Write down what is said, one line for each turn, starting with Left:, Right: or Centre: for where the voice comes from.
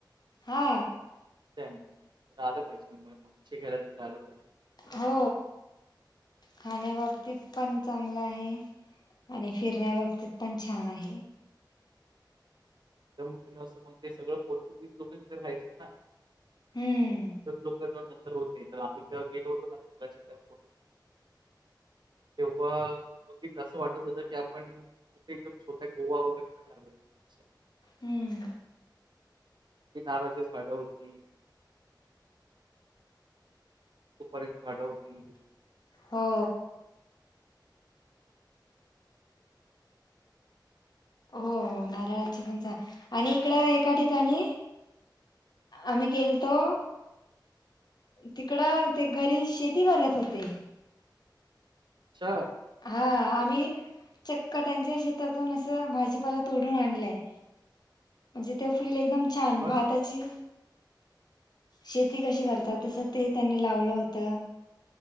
Left: हा
Right: त्या म राहिलं पाहिजे मुंबई माग घयला त राहिला पाहिजे.
Left: हो खाण्या बाबतीत पण चांगलं आहे. आणि फिरण्या बाबतीत पण छान आहे.
Right: एकदम जुनं म्हण ते सगं पोर्तुगीज लोक तिथ राहायचे ना.
Left: हम्म
Right: लोकां नंतर होते तर आम्ही तेव्हा गेलोतो ना फोटो तेव्हा बघीच असं वाटत होतं की आपण कुठे एकदम छोट्या गोवा वगैरे मध्ये आलो. होतो.
Left: हम्म
Right: ती नारळाची झाडं होती. खप परे झाड होती
Left: हो हो नारळाची पण जा आणि इकड एका ठिकाणी आम्ही गेलतो. तिकडं ते घरी शेती करत होते.
Right: अच्छा
Left: हा आम्ही चक्क त्यांच्या शेतातून असं भाजीपाला तोडून आणलंय. म्हणजे ते फील एकदम छान
Right: बघ
Left: भाताची शेती कशी करतात तस ते त्यांनी लावलं होतं.